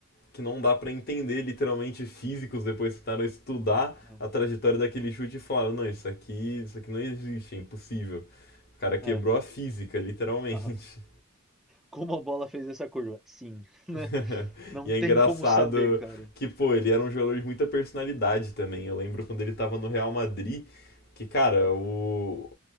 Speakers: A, on the left; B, in the centre.
A: que não dá para entender literalmente físicos depois que tentaram estudar
B: É,
A: a trajetória daquele chute e falaram, não, isso aqui, isso aqui não existe, é impossível. O cara quebrou
B: é.
A: a física, literalmente.
B: Ah, como a bola fez essa curva? Sim, <laughs>
A: <laughs>
B: Não
A: e
B: tem
A: é engraçado
B: como saber, cara.
A: que, pô, ele era um jogador de muita personalidade também. Eu lembro quando ele tava no Real Madrid, que, cara, o,